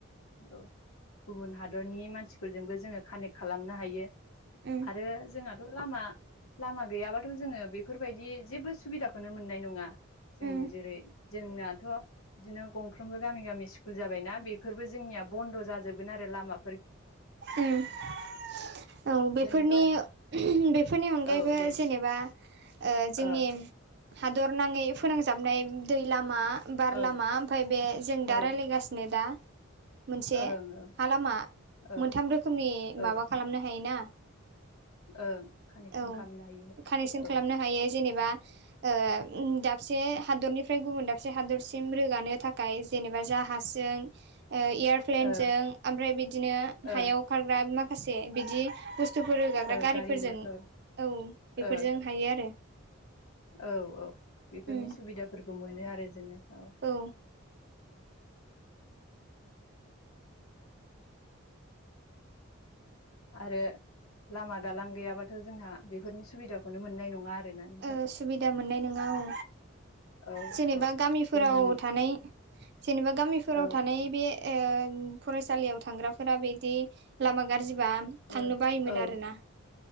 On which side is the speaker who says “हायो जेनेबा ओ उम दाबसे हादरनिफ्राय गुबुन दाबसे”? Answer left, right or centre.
Right